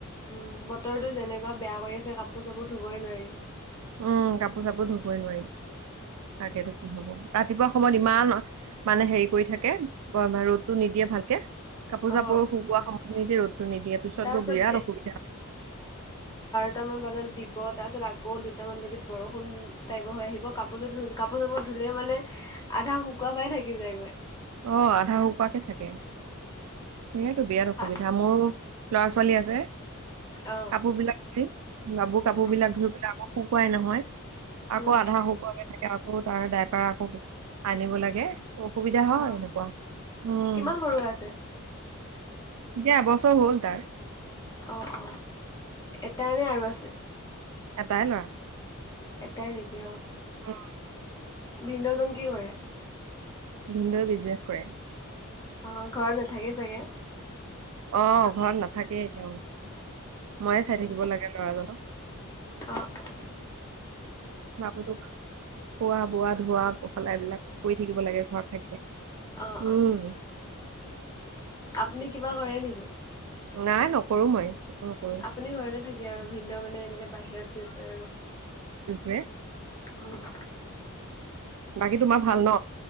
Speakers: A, on the left; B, on the right.
A: উম বতৰটো যেনেকুৱা বেয়া কৰি আছে কাপোৰ চাপোৰ ধুবই নোৱাৰি।
B: উম, কাপোৰ চাপোৰ ধুবই নোৱাৰি। তাকেতো কি হব ৰাতিপুৱা সময়ত ইমান মানে হেৰি কৰি থাকে ৰ'দটো নিদিয়ে। ভালকে কাপোৰ
A: অ
B: চাপোৰ শুকোৱা সময় খিনিতে ৰ'দটো নিদিয়ে পিছত
A: তাৰপিছত
B: গৈ বিৰাট অসুবিধা হয়।
A: দুটামান বজাত দিব তাৰপিছত আকৌ দুটামান বজাত বৰষুণ টাইপৰ হৈ আহিব কাপোৰযোৰ ধ কাপোৰ চাপোৰ ধুলে মানে আধা শুকুৱ খাই থাকি যায়গৈ।
B: অ' আধা হুকুৱাকে থাকে সেইয়াতো বিৰাট অসুবিধা
A: ভাত
B: মোৰ। লৰা ছোৱালী আছে
A: অ',
B: কাপোৰ বিলাক ধুই লৰাবোৰ কাপোৰ
A: উম,
B: বিলাক ধুই পেলাই আকৌ হুকো শুকুৱাই নহয় আকৌ
A: উম,
B: আধা শুকোঁৱাকে থাকে আকৌ তাৰ দাই পৰা আকৌ আনিব লাগে অহঁ। দেহা
A: অ',
B: হয় এনেকুৱা উম।
A: কিমান সৰু হৈ আছে?
B: এবছৰ হ'ল তাৰ।
A: অ', অ', এটাই নে আৰু আছে।
B: এটাই লৰা।
A: এটাই নেকি?
B: অ।
A: ভিনদেউজন কি কৰে।
B: ভিনদেউ এ বিজনেছ কৰে।
A: অ ঘৰত নাথাকে চাগে।
B: অহঁ ঘৰত নাথাকেই তেওঁ ময়ে চাই
A: উম,
B: থাকিব লাগে লৰাজনক
A: অ', অ',
B: বাবু তোক খোৱা-বোৱা ধোৱা পখলা এই বিলাক। কৰি থাকিব লাগে ঘৰত থাকিলে
A: অ', অ',
B: উম।
A: আপুনি কিবা কৰে নেকি।
B: নাই নকৰোঁ মই। একো নকৰো
A: আপুনি ঘৰতে থাকে আৰু ভিনদেউ মানে এনেকে বাহিৰত গৈছে আৰু ন।
B: দুখৰে
A: অহঁ
B: বাকী তোমাৰ ভাল
A: বাকী
B: ন